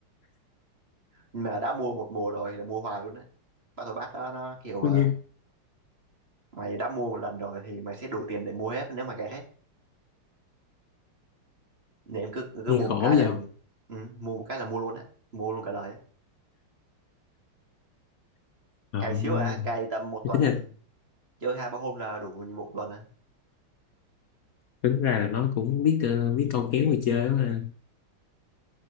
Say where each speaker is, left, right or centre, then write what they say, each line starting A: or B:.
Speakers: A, on the right; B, on the left.
A: mà đã mua một mùa rồi là mua hoài luôn đấy Battle Pass đó nó kiểu
B: tôi
A: à,
B: nghe
A: mày đã mua một lần rồi thì mày sẽ đủ tiền để mua hết nếu mà cày hết nên cứ cứ
B: nghe
A: mua
B: khổ
A: một cái là
B: gì không
A: ừ, mua một cái là mua luôn á mua luôn cả đời á.
B: trời
A: cày xíu
B: ơi
A: à cày tầm một
B: Thế
A: tuần
B: tính là
A: chơi hai ba hôm là đủ nhiệm vụ tuần á
B: tính ra là nó cũng biết ờ, biết câu kéo người chơi đó mà